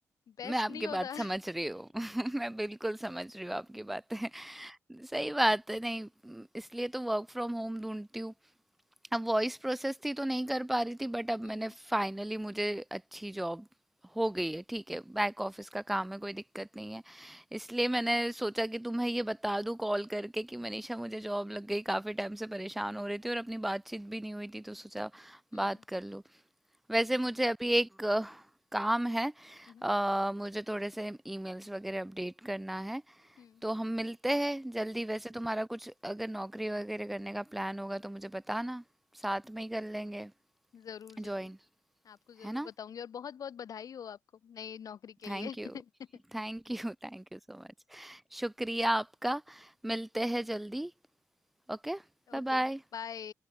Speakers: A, on the left (about 70°); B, in the centre.
A: बेस्ट
B: मैं आपकी
A: नहीं होता
B: बात
A: <laughs>
B: समझ रही हूँ <laughs> मैं बिल्कुल समझ रही हूँ आपकी बातें <laughs> सही बात है नहीं इसलिए तो वर्क फ्रॉम होम ढूंढती हूँ अब वॉइस प्रोसेस थी तो नहीं कर पा रही थी बट अब
A: हम्म
B: मैंने फाइनली मुझे अच्छी जॉब हो गई है ठीक है बैक ऑफिस का काम है कोई दिक्कत नहीं है इसलिए मैंने सोचा कि तुम्हें ये बता दूं कॉल करके कि मनीषा मुझे जॉब लग गई काफी टाइम से परेशान हो रही थी और अपनी बातचीत भी नहीं हुई थी तो सोचा
A: हम्म
B: बात कर लूं वैसे मुझे अभी एक अ, काम है
A: हम्म
B: अ, मुझे थोड़े से ईमेल्स वगैरह अपडेट करना है
A: हम्म,
B: तो हम मिलते हैं जल्दी वैसे तुम्हारा कुछ अगर नौकरी वगैरह करने का प्लान होगा तो मुझे बताना साथ में ही कर लेंगे
A: जरूर
B: ज्वाइन
A: जरूर आपको जरूर
B: है ना
A: बताऊंगी और बहुत बहुत बधाई हो आपको नई नौकरी के
B: Thank
A: लिए
B: you
A: <laughs>
B: Thank you thank you so much <laughs> शुक्रिया आपका मिलते हैं जल्दी ओके Bye
A: ओके
B: bye
A: बाय